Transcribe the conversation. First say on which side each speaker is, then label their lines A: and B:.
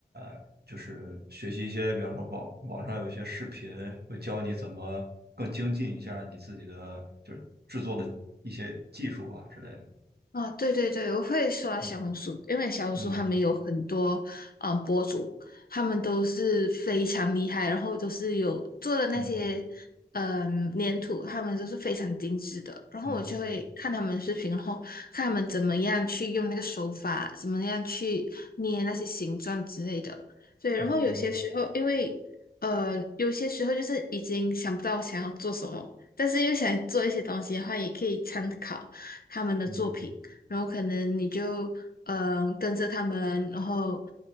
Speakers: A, on the right; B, on the left.
A: 呃就是学习一些，比方说网网上有一些视频，会教你怎么更精进一下你自己的就是制作的一些技术啊之类的。
B: 啊，对对对，我会刷小红书，
A: 嗯
B: 因为小红书他们有很多嗯博主，
A: 嗯
B: 他们都是非常厉害，然后都是有做的那些嗯粘土，
A: 嗯
B: 他们都是非常精致的。然后我就会看他们视频，
A: 嗯
B: 然后看他们怎么样去用那个手法，怎么样去捏那些形状之类的。对，
A: 嗯
B: 然后有些时候因为呃有些时候就是已经想不到想要做什么，但是又想做一些东西的话，也可以参考他们的作品。
A: 嗯
B: 然后可能你就嗯、呃跟着他们，然后